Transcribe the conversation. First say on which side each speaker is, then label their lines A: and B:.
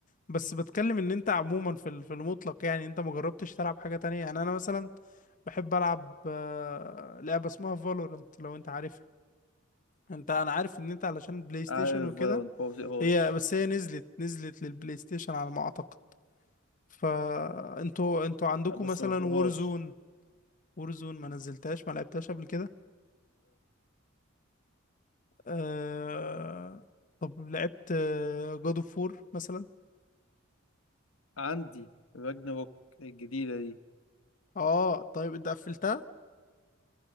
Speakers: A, on the left; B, on the left.
A: بس بتكلم ان انت عموما في ال- في المطلق يعني انت ما جربتش تلعب حاجة تانية يعني انا مثلا بحب العب آه، لعبة اسمها فالورانت لو انت عارفها انت انا عارف ان انت علشان بلاي ستيشن
B: عارف
A: وكده
B: فالورانت ما بطيقهاش
A: هي بس هي نزلت نزلت للبلاي ستيشن على ما اعتقد فانتوا انتوا عندكم
B: بس
A: مثلا
B: ما بطيقهاش
A: وورزون وورزون ما نزلتهاش ما لعبتهاش قبل كده أه... طب لعبت جود اوف وور مثلا
B: عندي راجناروك الجديده دي
A: اه طيب انت قفلتها